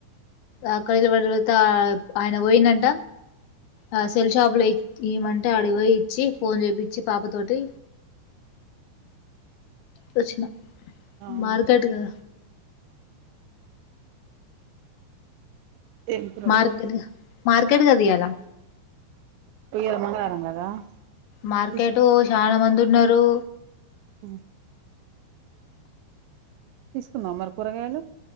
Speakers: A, on the left; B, on the right.
A: ఆ కడల పడత ఆయన పోయిందంట ఆ సెల్ షాప్ లో ఇ ఇమంటే అడిపోయి ఇచ్చి ఫోన్ చేపిచ్చి పాప తోటి వచ్చిన
B: అవునా
A: మార్గాట్గా
B: ఏం గుర
A: మార్కెట్
B: లేరు
A: మార్కెట్ కదా ఇయ్యాల
B: ఈయల్ మంగళవారం కదా
A: మార్కెట్
B: తీసు
A: చాలా మంది ఉన్నారు
B: ఆ తీసుకున్నావ్ మరి కూరగాయలు